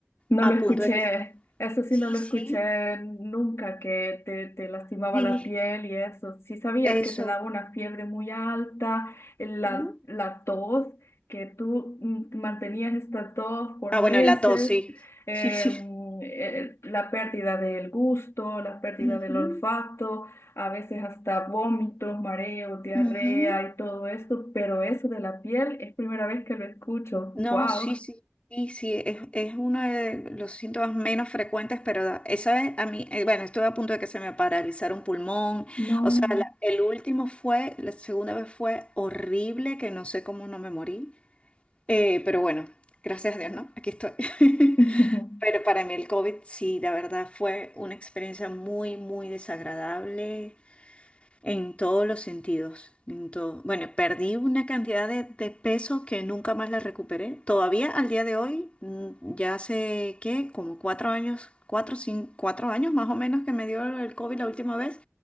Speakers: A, on the left; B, on the left.
A: No
B: a
A: lo escuché,
B: punto de que...
A: eso sí
B: Sí,
A: no lo
B: sí,
A: escuché nunca, que te, te lastimaba
B: sí,
A: la piel y eso. Sí sabía
B: eso.
A: que te daba una fiebre muy alta, la,
B: Ujú.
A: la tos, que tú mm, mantenías esta tos por
B: Ah,
A: meses,
B: bueno, y la tos, sí,
A: eh,
B: sí, sí.
A: mm, eh, la pérdida del gusto, la pérdida
B: Ujú,
A: del olfato, a veces hasta vómitos, mareos, diarrea
B: ujú.
A: y todo esto, pero eso de la piel es primera vez que lo escucho.
B: No,
A: ¡Wow!
B: sí, sí, sí, sí, es, es uno de los síntomas menos frecuentes, pero da- esa es a mí, eh, bueno, estuve a punto de que se me paralizara un pulmón,
A: No.
B: o sea, la- el último fue, la segunda vez fue horrible, que no sé cómo no me morí. Eh, pero bueno, gracias a Dios, ¿no? Aquí estoy. <laughs>
A: <laughs>
B: Pero para mí el COVID sí, la verdad fue una experiencia muy, muy desagradable en todos los sentidos. En todo. Bueno, perdí una cantidad de, de peso que nunca más la recuperé. Todavía al día de hoy, mm, ya hace, ¿qué? Como cuatro años, cuatro, cinco cuatro años más o menos que me dio el COVID la última vez,